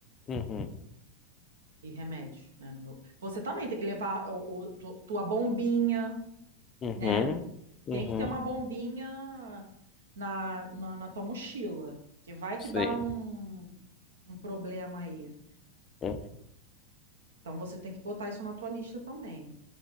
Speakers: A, on the left; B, on the right.
A: Uhum,
B: e remédio, né? no meu- Você também tem que levar o, o- tu- tua bombinha,
A: uhum,
B: né?
A: uhum,
B: Tem que ter uma bombinha na, na, na tua mochila, que vai que
A: sim.
B: dá um, um problema aí.
A: Hum,
B: Então você tem que botar isso na tua lista também.